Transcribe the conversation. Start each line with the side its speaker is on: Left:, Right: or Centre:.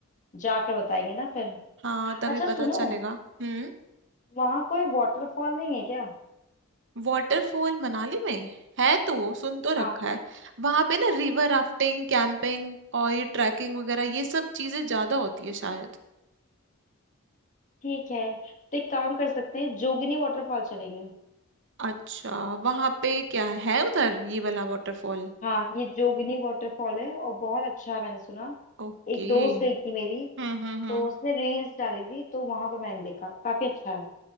Left: जाकर बताएंगे ना फिर
Right: हाँ तभी
Left: अच्छा
Right: पता
Left: सुनो
Right: चलेगा हम्म
Left: वहाँ कोई वाटरफॉल नहीं है क्या
Right: वाटरफॉल मनाली में है तो सुन तो
Left: हाँ
Right: रखा है वहां पे ना रिवर राफ्टिंग कैंपिंग और ये ट्रैकिंग वगैरह ये सब चीजें ज्यादा होती है शायद
Left: ठीक है तो एक काम कर सकते हैं जोगिनी वाटरफॉल चलेंगे
Right: अच्छा वहां पे क्या है उधर ये वाला वाटरफॉल
Left: हाँ ये जोगिनी वाटरफॉल है और बहुत अच्छा है मैंने सुना
Right: ओके
Left: एक दोस्त गई थी मेरी
Right: हम्म हम्म हम्म
Left: तो उसने रील्स डाली थी तो वहां पर मैंने देखा काफी अच्छा है